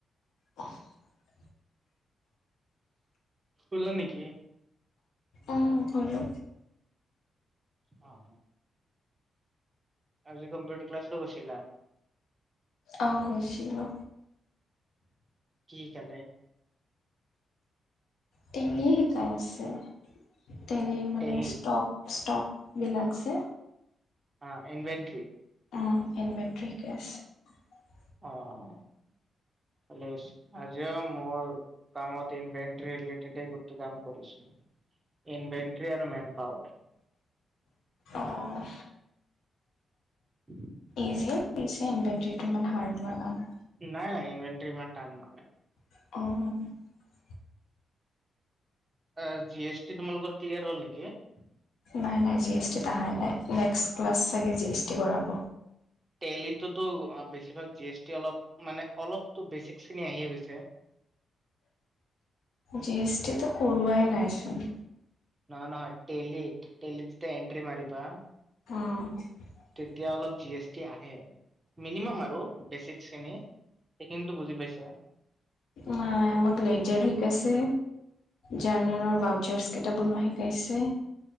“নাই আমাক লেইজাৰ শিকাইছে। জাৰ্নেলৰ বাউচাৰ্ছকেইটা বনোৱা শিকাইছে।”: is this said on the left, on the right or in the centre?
Left